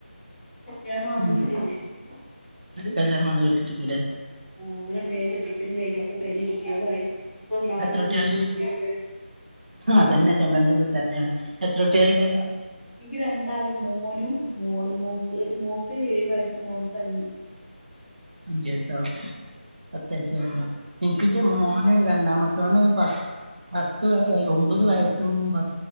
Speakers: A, in the centre; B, on the right (about 50°).
A: കുട്ട്യാള് ഉറങ്ങിട്ടില്ലെനി
B: ഉം
A: <unintelligible>
B: കല്യാണം വന്ന് കെട്ടിച്ചിക്കൂലേ
A: ശരിയ ചെ രണ്ട് കുട്ടിയളും ആയി ഇപ്പൊ നാല്
B: എത്ര
A: ചമരുകൾക്കുള്ളിലിങ്ങനെ
B: കുട്ടികളുണ്ട്
A: <inaudible>
B: അതന്നെ ചെമ്പരന്റെ ഉള്ളിൽ തന്നെയാണ് എത്ര കുട്ടികളുണ്ട്
A: ഇന്ക് രണ്ടാള് മോനും മോള്, മോൾക്ക് ഏഴു വയസ്സ് മോൻക്ക് അഞ്ചു
B: ഞ്ചയ്സോ, പത്തയ്സോ ഇൻക്കിച്ച്
A: ഉം
B: മോന് രണ്ടാമത്തോന് പ പത്ത് വ ഒമ്പത് വയസ്സും പ